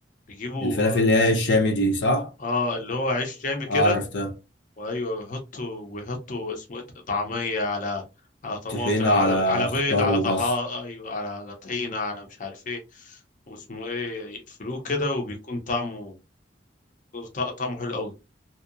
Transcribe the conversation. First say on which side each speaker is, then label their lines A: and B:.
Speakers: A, on the left (about 45°); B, on the left (about 85°).
A: بيجيبوا
B: الفلافل اللي هي الشامي دي صح؟
A: اه اللي هو عيش جامي كده
B: اه عرفتها
A: وايوه ويحطوا ويحطوا اسمه إيه؟ طعميه على على طماطم
B: طحينة على
A: على على
B: خضار
A: بيض على
B: وبصل
A: طحا ايوه على على طحينه على مش عارف ايه واسمه ايه يقفلوه كده وبيكون طعمه ط- طعمه حلو قوي